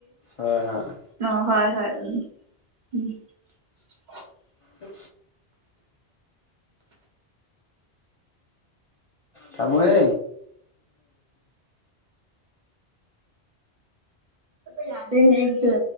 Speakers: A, on the left; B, on the right.
A: ꯍꯣꯏ ꯍꯣꯏ
B: <unintelligible> ꯑ ꯍꯣꯏ ꯍꯣꯏ ꯎ ꯎꯝ <unintelligible>
A: ꯑ ꯊꯃꯨꯋꯦ
B: ꯌꯥꯗ ꯅꯖ